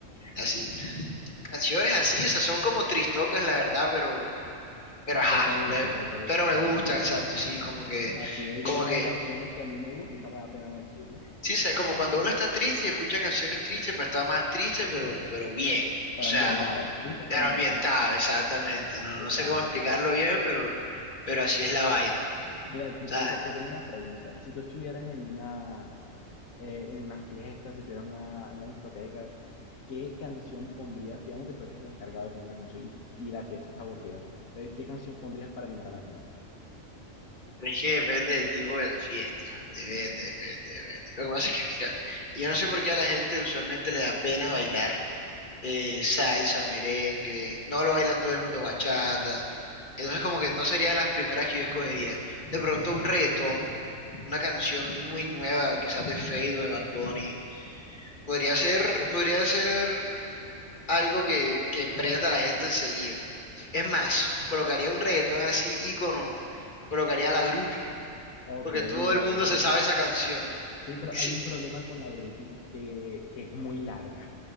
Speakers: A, on the left; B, on the left.
A: así. Canciones así, esas son como tristongas, la verdad, pero pero ajá,
B: Pero te gustan,
A: me-
B: pero te gustan.
A: pero me gustan,
B: ya.
A: exacto, sí, como que,
B: Así es,
A: como
B: yo también
A: que,
B: tengo canciones que a mí me gustan y no me da pena decirlo.
A: sí, sabes, como cuando uno está triste y escucha canciones tristes, pues está más triste, pero, pero bien,
B: Pero
A: o sea,
B: ambientado,
A: no,
B: triste pero
A: pero
B: ambientado.
A: ambientado, exactamente, no,
B: Sí,
A: no
B: claro,
A: sé cómo explicarlo
B: claro.
A: bien, pero, pero así es la vaina,
B: Mira, te
A: ¿sabes?
B: tengo, te tengo una pregunta. Si tú estuvieras en una, eh, en una fiesta, si tuvieras una, en una discoteca, ¿qué canción pondrías? Digamos que tú eres el encargado de poner una canción y, y la fiesta está aburrida. ¿Qué qué canción pondrías para animar a la gente?
A: Es que depende del tipo de la fiesta, depende, depende, depende. Lo que pasa es que, mira, yo no sé por qué a la gente usualmente le da pena bailar eh, salsa, merengue, no lo baila todo el mundo bachata. Entonces como que no sería de las primeras que yo escogería. De pronto un reggaetón, una canción muy nueva, quizás de Fade o de Bad Bunny. Podría ser, podría ser algo que, que prenda a la gente enseguida. Es más, colocaría un reggaetón así, ícono, colocaría a la groupie,
B: Ok,
A: porque todo
B: la
A: el mundo
B: groupie.
A: se sabe esa canción.
B: Sí, pero
A: Sí,
B: hay un problema con la groupie que, que es muy larga.